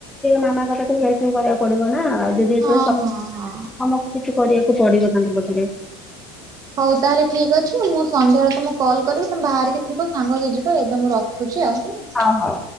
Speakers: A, in the centre; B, on the right (about 25°).
A: ମାମା କଥା ଟିକେ କରିବାକୁ ପଡିବ ନା ଆଉ ଯଦି
B: ହଁ
A: ଏଠ
B: ହଁ ହଁ।
A: ଆମକୁ କିଛି କରିବାକୁ ପଡିବ ତାଙ୍କ ପାଖରେ
B: ହଉ ତାହେଲେ ଠିକ୍ ଅଛି ମୁଁ ସନ୍ଧ୍ୟାବେଳେ ତମକୁ କଲ କରିବି ତମେ ବାହାରକି ଥିବ ସାଙ୍ଗ ହେଇକି ଯିବା ଏବେ ମୁଁ ରଖୁଛି ଆଉ ହେଲା।
A: ହଁ ହଁ